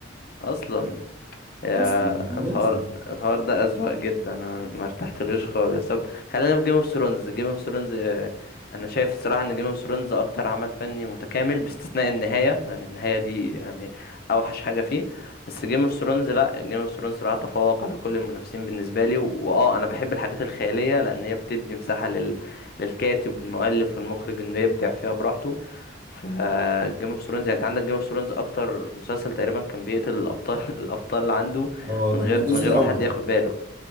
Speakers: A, on the left; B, on the right.
A: اصلا يا
B: اصلا هو
A: الحوار
B: لازم
A: الحوار ده اذواق جدا انا ما ارتحتلوش خالص طب خلينا في جيم اوف ثرونز جيم اوف ثرونز انا شايف الصراحه ان جيم اوف ثرونز اكتر عمل فني متكامل باستثناء النهايه لان النهايه دي يعني اوحش حاجه فيه بس جيم اوف ثرونز لا جيم اوف ثرونز صراحه تفوق على كل المنافسين بالنسبه لي واه انا بحب الحاجات الخياليه لان هي بتدي مساحه لل... للكاتب والمؤلف والمخرج انه يبدع فيها براحته ف جيم اوف ثرونز يعني انت عندك جيم اوف ثرونز اكتر مسلسل تقريبا كان بيقتل الابطال <laughs> الابطال اللي عنده
B: اه
A: من
B: ده
A: غير
B: من الجزء
A: من غير
B: الاول
A: ما حد ياخد باله